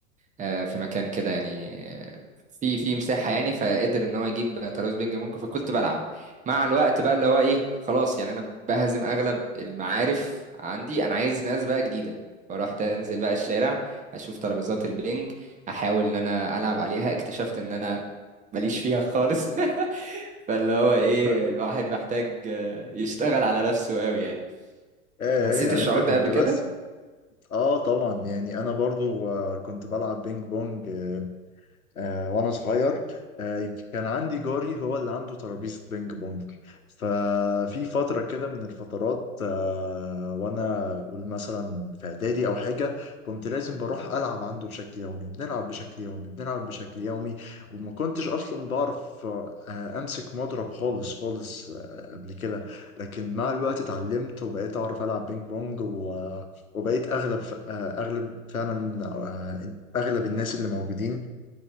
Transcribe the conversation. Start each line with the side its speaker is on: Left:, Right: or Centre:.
Right: آه، في مكان كده يعني آه، في في مساحة يعني فقدر ان هو يجيب ترابيز بينج بونج فكنت بلعب مع الوقت بقى اللي هو ايه خلاص يعني انا بهزم اغلب المعارف عندي انا عايز ناس بقى جديدة فروحت انزل بقى الشارع اشوف ترابيزات البينج احاول ان انا العب عليها اكتشفت ان انا ماليش فيها خالص <laughs> فاللي هو ايه
Left: <laughs>
Right: الواحد محتاج آه، يشتغل على نفسه قوي يعني
Left: ايه
Right: حسيت
Left: إيه، يعني
Right: الشعور
Left: انت كنت
Right: ده قبل كده
Left: بس اه طبعا يعني انا برضو آه، كنت بلعب بينج بونج آه، آه، وانا صغير آه، يمكن كان عندي جاري هو اللي عنده ترابيزه بينج بونج ففي فتره كده من الفترات آه، وانا اقول مثلا في اعدادي او حاجه كنت لازم بروح العب عنده بشكل يومي بنلعب بشكل يومي بنلعب بشكل يومي وما كنتش اصلا بعرف آه، امسك مضرب خالص خالص آه، قبل كده لكن مع الوقت اتعلمت وبقيت اعرف العب بينج بونج و- وبقيت اغلب ف- آه، اغلب فعلا آه، اغلب الناس اللي موجودين